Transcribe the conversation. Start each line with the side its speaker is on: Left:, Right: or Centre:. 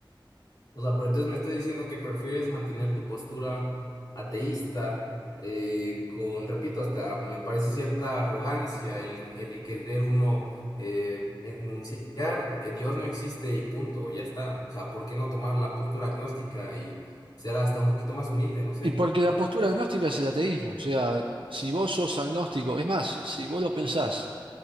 Left: O sea, pero entonces me estás diciendo que prefieres mantener tu postura ateísta, eh, con, repito, hasta me parece cierta arrogancia el, el querer uno eh, enunciar, eh, Dios no existe y punto, ya está. O sea, ¿por qué no tomar la postura agnóstica y ser hasta un poquito más humilde? No sé.
Right: Y porque la postura agnóstica es el ateísmo. O sea, si vos sos agnóstico, es más, si vos lo pensás,